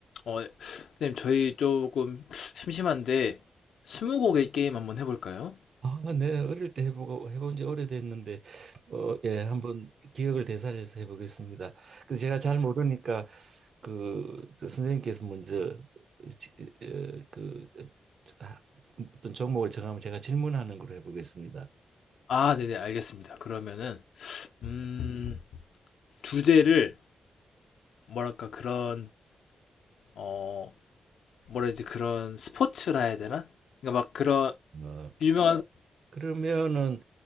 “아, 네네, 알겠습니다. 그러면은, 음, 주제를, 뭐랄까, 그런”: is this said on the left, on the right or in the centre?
Left